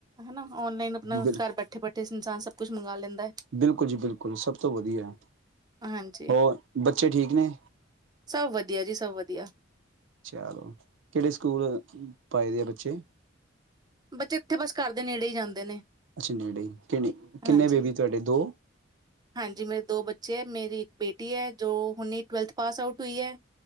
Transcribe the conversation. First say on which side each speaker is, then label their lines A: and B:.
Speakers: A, on the right; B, on the right.
A: ਹਨਾ ਓਨਲਾਈਨ ਆਪਣਾ
B: ਬਿਲ
A: ਘਰ ਬੈਠੇ ਬੈਠੇ ਇਨਸਾਨ ਸਭ ਕੁਛ ਮੰਗਵਾ ਲੈਂਦਾ ਹੈ
B: ਬਿਲਕੁਲ ਜੀ ਬਿਲਕੁਲ ਸਭ ਤੋਂ ਵਧੀਆ
A: ਹਾਂਜੀ
B: ਹੋਰ ਬੱਚੇ ਠੀਕ ਨੇ
A: ਸਭ ਵਧੀਆ ਜੀ ਸਭ ਵਧੀਆ
B: ਚਲੋ ਕਿਹੜੇ ਸਕੂਲ ਪਾਏ ਦੇ ਆ ਬੱਚੇ
A: ਬੱਚੇ ਇੱਥੇ ਬਸ ਕਰਦੇ ਨੇੜੇ ਹੀ ਜਾਂਦੇ ਨੇ
B: ਅੱਛਾ ਨੇੜੇ ਕਿੰਨੇ ਕਿੰਨੇ
A: ਹਾਂਜੀ
B: ਬੇਬੀ ਤੁਹਾਡੇ ਦੋ
A: ਹਾਂਜੀ ਮੇਰੇ ਦੋ ਬੱਚੇ ਮੇਰੀ ਇੱਕ ਬੇਟੀ ਹੈ ਜੋ ਹੁਣੀ ਟਵੈਲਥ ਪਾਸ ਆਊਟ ਹੋਈ ਹੈ